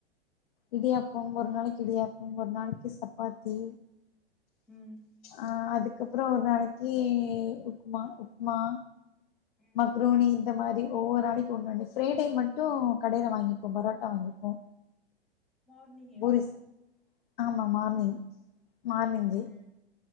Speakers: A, on the left (about 50°); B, in the centre.
A: இடியாப்போ ஒரு நாளைக்கு இடியாப்போ ஒரு நாளைக்கி சப்பாத்தி
B: ம்
A: ஆஹ் அதுக்கு அதுக்கப்பறோ ஒரு நாளைக்கி உப்மா உப்மா
B: ம்
A: மக்ரோனி இந்த மாரி ஒவ்வொரு நாளைக்கு ஒண்ணோண்ணு ஃப்ரைடே
B: ஓ
A: மட்டு கடையில வாங் வாங்கிப்போ பரோட்டா வாங்கிப்போ
B: மார்னிங்கேவா
A: பூரிஸ் ஆமா மார்னிங் மார்னிங்கு
B: ம் ம்